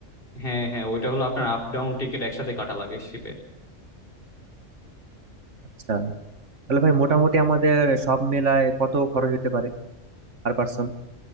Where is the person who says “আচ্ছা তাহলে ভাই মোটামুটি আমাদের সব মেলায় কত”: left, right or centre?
Right